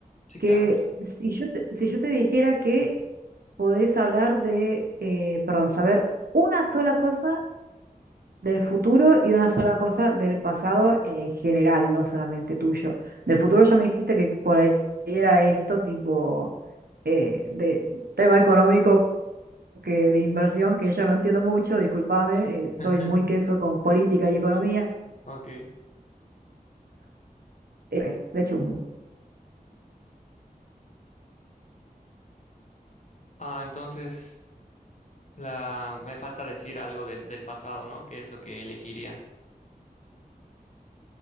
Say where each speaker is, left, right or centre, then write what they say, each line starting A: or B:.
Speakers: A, on the left; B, on the right.
A: Sí,
B: que
A: claro.
B: si yo te, si yo te dijera que podés hablar de, eh, perdón, saber una sola cosa del futuro y una sola cosa del pasado en general, no solamente tuyo. Del futuro ya me dijiste que por ahí era esto, tipo eh, de tema económico que de inversión, que yo no entiendo mucho, discúlpame, eh, soy
A: <laughs>
B: muy queso con política y economía,
A: Ok.
B: eh, de chusma.
A: Ah, entonces la me falta decir algo del, del pasado, ¿no? ¿Qué es lo que elegiría?